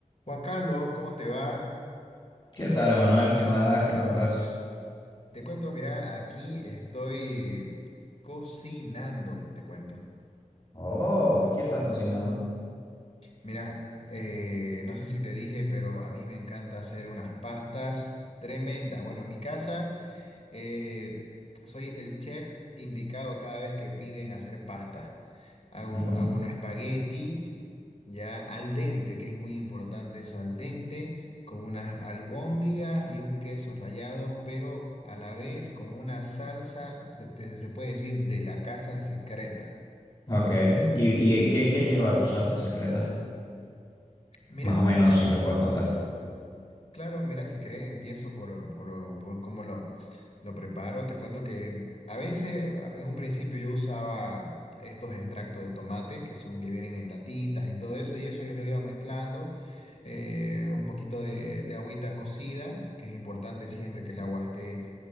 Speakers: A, on the left; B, on the left.
A: Juan Carlos, ¿cómo te va?
B: ¿Qué tal, Emanuel? ¿Qué novedades que me contás?
A: Te cuento, mira, aquí estoy cocinando, te cuento.
B: Oh, ¿y ¿qué estás cocinando?
A: Mira, eh, no sé si te dije, pero a mí me encanta hacer unas pastas tremendas. Bueno, en mi casa eh, soy el chef indicado cada vez que piden hacer pasta. Hago,
B: Ujú.
A: hago un espagueti ya al dente, que es muy importante eso, al dente, con unas albóndigas y un queso rallado, pero a la vez con una salsa, se, te- se puede decir, de la casa secreta.
B: Ok. ¿Y, y qué, qué lleva tu salsa secreta?
A: Mira,
B: Más o menos, si me puedes contar.
A: Claro, mira, si querés empiezo por, por, por cómo lo, lo preparo. Te cuento que a veces, a- en un principio yo usaba estos extractos de tomate que son que vienen en latitas y todo eso, y eso yo lo iba mezclando, eh, un poquito de, de agüita cocida, que es importante siempre que el agua esté